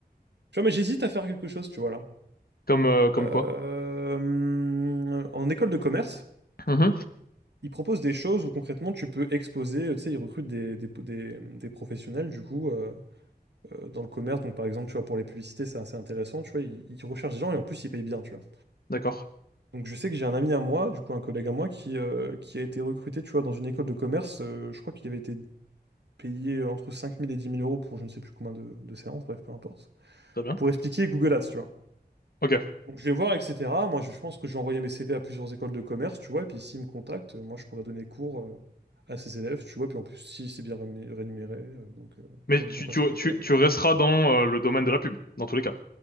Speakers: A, on the right (about 80°); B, on the left (about 60°).
A: Tu vois, mais j'hésite à faire quelque chose, tu vois, là.
B: Comme, euh, comme
A: Euh,
B: quoi.
A: hum, en école de commerce,
B: Mhm.
A: ils proposent des choses où concrètement tu peux exposer, euh, tu sais, ils recrutent des, des, des- des professionnels, du coup, euh, euh, dans le commerce. Donc, par exemple, tu vois, pour les publicités, c'est assez intéressant, tu vois, ils, ils recherchent des gens et en plus, ils payent bien, tu vois.
B: D'accord.
A: Donc je sais que j'ai un ami à moi, du coup un collègue à moi, qui, euh, qui a été recruté, tu vois, dans une école de commerce. euh, je crois qu'il avait été payé entre 5 000 et 10 000 euros pour je ne sais plus combien de, de séances, bref, peu importe.
B: Très bien.
A: Pour expliquer Google Ads, tu vois.
B: Ok.
A: Donc je vais voir, etc. Moi, je je pense que je vais envoyer mes CV à plusieurs écoles de commerce, tu vois, et puis s'ils me contactent, euh, moi, je pourrais donner cours euh, à ces élèves, tu vois, puis en plus, si c'est bien rému- rémunéré, euh, donc euh,
B: Mais
A: je vois
B: tu,
A: pas pourquoi
B: tu,
A: je pourrais
B: tu,
A: pas y aller,
B: tu
A: tu
B: resteras dans euh, le domaine de la pub, dans tous les cas.